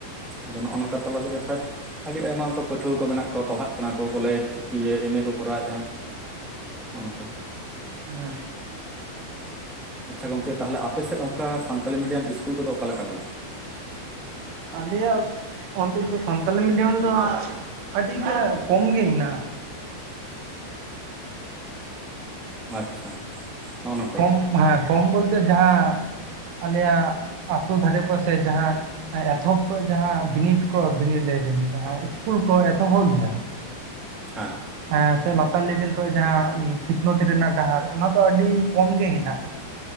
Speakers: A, in the centre; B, on the right.
A: ᱟᱫᱚ ᱱᱚᱜ-ᱚ ᱱᱚᱝᱠᱟ ᱛᱟᱞᱟ ᱛᱮ ᱡᱚᱠᱷᱚᱡ ᱟᱹᱰᱤ ᱟᱭᱢᱟ ᱠᱚ ᱯᱟᱹᱴᱷᱩᱣᱟᱹ ᱠᱚ ᱢᱮᱱᱟᱜ ᱠᱚᱣᱟ ᱯᱟᱲᱦᱟᱜ ᱟᱠᱚ ᱠᱚ ᱞᱮᱭᱮᱪᱽ ᱤᱭᱟᱹ ᱮᱢ ᱮ ᱠᱚ ᱠᱚᱨᱟᱣᱮᱫ-ᱟ ᱚᱱᱮ ᱚᱝᱠᱟ᱾
B: ᱦᱮᱸ᱾
A: ᱟᱪᱪᱷᱟ ᱜᱚᱝᱠᱮ ᱛᱟᱦᱚᱞᱮ ᱟᱯᱮᱥᱮᱫ ᱚᱱᱠᱟ ᱥᱟᱱᱛᱟᱞᱤ ᱢᱤᱰᱤᱭᱟᱢ ᱤᱥᱠᱩᱞ ᱠᱚᱫᱚ ᱚᱠᱟ ᱞᱮᱠᱟ ᱢᱮᱱᱟᱜ-ᱟ?
B: ᱟᱞᱮᱭᱟᱜ ᱚᱱᱛᱚ ᱛᱚ ᱥᱟᱱᱛᱟᱞᱤ ᱢᱤᱰᱤᱭᱟᱢ ᱫᱚ, ᱟᱹᱰᱤᱜᱮ ᱠᱚᱢ ᱜᱮ ᱦᱮᱱᱟᱜᱼᱟ᱾
A: ᱟᱪᱪᱷᱟ᱾ ᱱᱚᱜᱼᱚ ᱱᱚᱝᱠᱟ
B: ᱠᱚᱢ ᱦᱮᱸ ᱠᱚᱢ ᱵᱚᱞᱛᱮ ᱡᱟᱦᱟᱸ ᱟᱞᱮᱭᱟᱜ ᱟᱛᱳ ᱫᱷᱟᱨᱮ ᱯᱟᱥᱮ ᱡᱟᱦᱟᱸ ᱮ ᱮᱛᱚᱦᱚᱵ ᱠᱷᱚᱡ ᱡᱟᱦᱟᱸ ᱵᱤᱱᱤᱰ ᱠᱚ ᱵᱤᱱᱤᱰ ᱞᱟᱹᱭᱫᱟᱹᱧ ᱡᱟᱦᱟᱸ ᱤᱥᱠᱩᱞ ᱠᱚ ᱮᱛᱚᱦᱚᱵ ᱜᱮᱭᱟ᱾ <unintelligible>
A: ᱦᱮᱸ᱾
B: ᱦᱮᱸ ᱥᱮ ᱞᱟᱛᱟᱨ ᱞᱮᱵᱮᱞ ᱠᱷᱚᱱᱚᱡ ᱡᱟᱸᱦᱟ ᱥᱤᱠᱷᱱᱟᱹᱛ ᱨᱮᱱᱟᱜ ᱰᱟᱦᱟᱨ ᱚᱱᱟ ᱫᱚ ᱟᱹᱰᱤ ᱠᱚᱢ ᱜᱮ ᱦᱮᱱᱟᱜᱼᱟ᱾